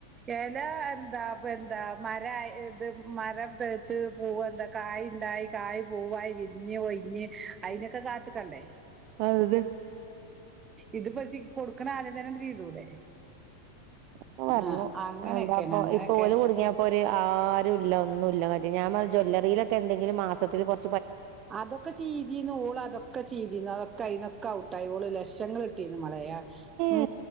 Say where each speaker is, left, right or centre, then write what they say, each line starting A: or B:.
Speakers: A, on the right (about 20°); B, on the right (about 45°).
A: എല എന്താ പ്പെന്താ മരാ ഇത് മരം തേത്ത് പൂവെന്താ കാ കായ്ണ്ടായി കായ് പൂവായി വിരിഞ്ഞ് ഒയ്ഞ്ഞ് അയ്നൊക്കെ കാത്ത്ക്കണ്ടേ
B: അതെ
A: ഇത്പ്പൊ ചി കൊടുക്കണാദ്യം തെന്നെണ്ട് ചെയ്തൂടെ
B: <inaudible> പറഞ്ഞു
A: ആഹ് അങ്ങനെയൊക്കെയാണ്
B: എന്താപ്പ
A: അങ്ങനെയൊക്കെ
B: ഇപ്പ പോലും കുടുങ്ങിയപ്പോര് ആരുല്ല ഒന്നുല്ല കാര്യ ഞാൻ പറ ജ്വല്ലറിലൊക്കെ എന്തെങ്കിലും മാസത്തിൽ കൊർ
A: അതൊക്കെ ചീതീന്നു ഓളതൊക്കെ ചീതീന്നു അതൊക്കെ അയ്ന്നൊക്കെ ഔട്ടായി ഓള് ലക്ഷ <unintelligible>
B: ഏ